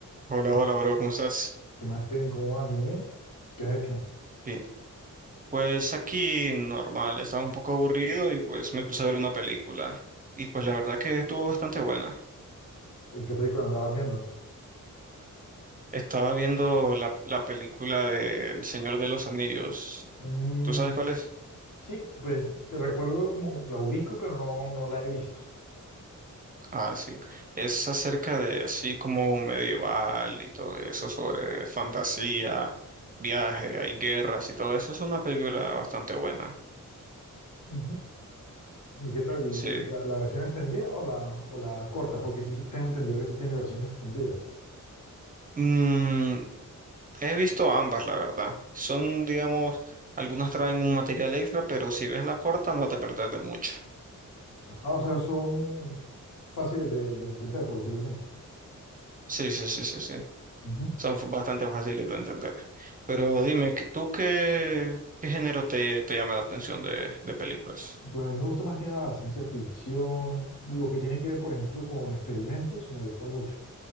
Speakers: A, on the right; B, on the left.
A: Hola,
B: ¿Qué
A: hola,
B: más,
A: bro, ¿cómo estás?
B: qué más que incomoda también? ¿Qué has hecho?
A: Bien. Pues aquí normal, estaba un poco aburrido y pues me puse a ver una película. Y pues
B: ¿No?
A: la verdad que estuvo bastante buena.
B: ¿Y qué película andabas viendo?
A: Estaba viendo la, la película de El Señor de los Anillos.
B: Mm,
A: ¿Tú sabes cuál es?
B: sí, pues te recuerdo como la ubico, pero no, no la he visto.
A: Ah, sí. Es acerca de así como medieval y todo eso, sobre fantasía, viaje, hay guerras y todo eso. Es una película bastante buena.
B: Ujú. ¿Y qué tal? ¿Y-
A: Sí.
B: y la, la versión extendida o la, o la corta? Porque sí sí tengo entendido que eso tiene versión extendida.
A: Mm, He visto ambas, la verdad. Son, digamos, algunas traen un material extra, pero si ves la corta no te perdés de mucho.
B: Ah, o sea, son fáciles de, de entender, por decirlo así.
A: Sí, sí, sí, sí, sí.
B: Ujú.
A: Son f- bastante fáciles de entender. Pero dime, ¿qué- ¿tú qué, qué género te, te llama la atención de, de películas?
B: Pues a mí me gusta más que nada la ciencia ficción, lo que tiene que ver, por ejemplo, con experimentos, me gusta mucho.